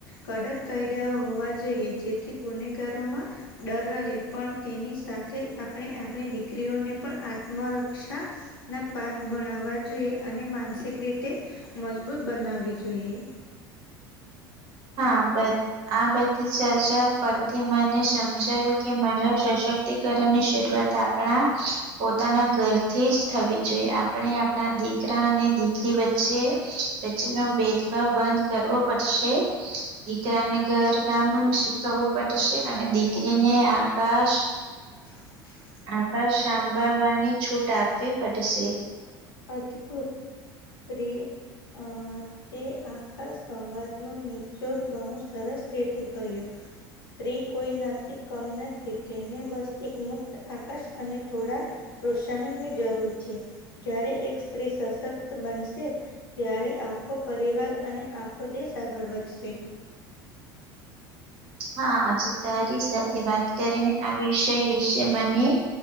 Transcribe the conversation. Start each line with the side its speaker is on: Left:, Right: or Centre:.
Left: કડક કાયદાઓ હોવા જોઈએ જેથી ગુનેગારોમાં ડર રહે પણ તેની સાથે જ આપણે આપણી દીકરીઓને પણ મરક્ષા ના પાઠ ભણાવવા જોઈએ અને માનસિક રીતે મજબૂત બનાવી જોઈએ.
Right: હા બ આ બધી ચર્ચા પરથી મને સમજાયું કે મારા સશક્તિકરણની શરૂઆત આપણા પોતાના ઘર થી જ થવી જોઈએ આપણે આપણા દી દીકરા અને દીકરી વચ્ચે વચ્ચેનો ભેદભાવ બંધ કરવો પડશે. દીકરાને ઘર કામ શીખવવું પડશે અને દીકરીને આકાશ
Left: <unintelligible>
Right: આકા સાંભાળવાની છૂટ આપવી પડશે
Left: અદ્ભુત્રી આ તે આખા સંવાદ ન નીચધ બહુ સરસ રીતે કહ્યું સ્ત્રી કોઈ નાથી કમ નથી તેને બસ એક મુક્ત આકાશ અને થોડા પ્રોત્સાહનની જરૂર છે જારે એક સ્ત્રી સશક્ત બનશે ત્યારે આખો પરિવાર અને આખો દેશ આગળ વધશે
Right: હા આજે તારી સ તે વાત કરીને આ વિષય વિશે મને